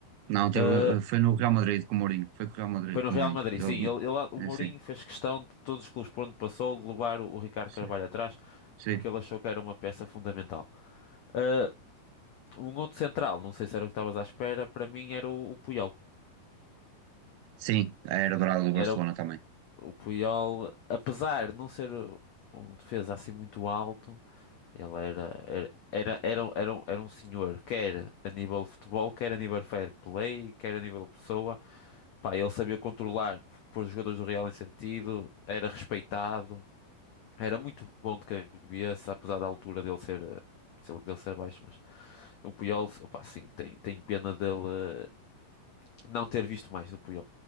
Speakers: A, on the right; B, on the left.
A: Não, teve,
B: Ah,
A: eh, foi no Real Madrid com o Mourinho, foi com o Real Madrid
B: foi no
A: com
B: Real
A: o Mourinho.
B: Madrid,
A: Ele,
B: sim, ele, ele- o
A: eh,
B: Mourinho
A: sim,
B: fez questão de todos os clubes por onde passou, de levar o, o Ricardo
A: sim,
B: Carvalho atrás,
A: sim.
B: porque ele achou que era uma peça fundamental. Ah, Um outro central, não sei se era o que estavas à espera, para mim era o, o Puyol.
A: Sim, a era dourada do Barcelona
B: Era o,
A: também.
B: o Puyol, apesar de não ser um defesa assim muito alto, ele era, era, era, era, um- era, um era um senhor, quer a nível de futebol, quer a nível fair play, quer a nível de pessoa. Pá, ele sabia controlar, pôr os jogadores do Real em sentido, era respeitado, era muito bom de cabeça, apesar da altura dele ser, eh, dele ser baixo, mas o Puyol, opá, sim, tem, tem pena dele eh, não ter visto mais do Puyol.